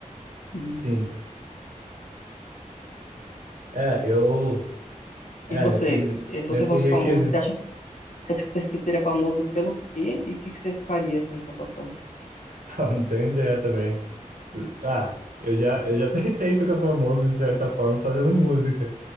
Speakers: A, on the left (about 70°); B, on the right (about 85°).
A: E,
B: sim. É, eu. É,
A: e você,
B: nesse,
A: eh, se
B: nesse
A: você fosse
B: requisito.
A: famoso, você acha que você seria famoso pelo quê? E o que que você faria assim com a sua fama?
B: <laughs> Pô, Não tenho ideia também. Ah, eu já, eu já <laughs> tentei ficar famoso de certa forma fazendo música,